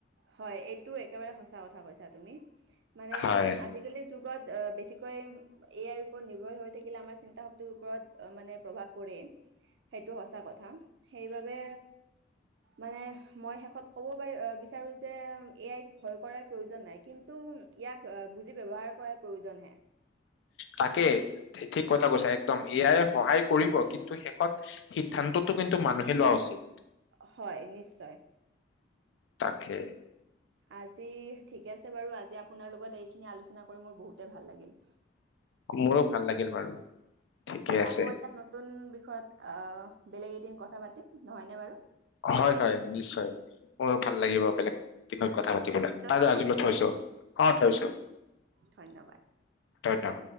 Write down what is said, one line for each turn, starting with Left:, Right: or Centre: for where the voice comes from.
Right: হয় এইটো একেবাৰে সচা কথা কৈছা তুমি মানে
Left: হয়
Right: আজিকালি যুগত বেছি কৈ এ আইৰ ওপৰত নিৰ্ভৰ হৈ থাকিলে আমাৰ চিন্তাশক্ টো ওপৰত মানে প্ৰভাৱ পৰে সেইটো সঁচা কথা সেইবাবে মানে মই শেষত ক'ব পাৰি বিচাৰোঁ যে এ আইক ভয় কৰাৰ প্ৰয়োজন নাই কিন্তু ইয়াক বুজি ব্যৱহাৰ কৰাৰ প্ৰয়োজন হে
Left: তাকে ঠিক কথা কৈছা একদম এ আই সহায় কৰিব কিন্তু শেষত সিদ্ধান্তটো কিন্তু মানুহে লোৱা উচিত
Right: হয় নিশ্চয়
Left: তাকে
Right: আজি ঠিকে আছে বাৰু আজি আপোনাৰ লগত এইখিনি আলোচনা কৰি মোৰ বহুতে ভাল লাগিল
Left: মোৰো ভাল লাগিল বাৰু ঠিকে
Right: হয়
Left: আছে
Right: আকৌ এটা নতুন বিষয়ত আহ বেলেগ এদিন কথা পাতিম নহয়নে বাৰু
Left: হয় হয় নিশ্চয় মোৰো ভাল লাগিব
Right: এতিয়া
Left: বেলেগ বিষয়ত
Right: বাৰু
Left: কথা
Right: আজিলৈ
Left: পাতিবলে বাৰু
Right: সামৰিছো
Left: আজিলৈ থৈছো অ থৈছো
Right: ধন্যবাদ
Left: ধন্যবাদ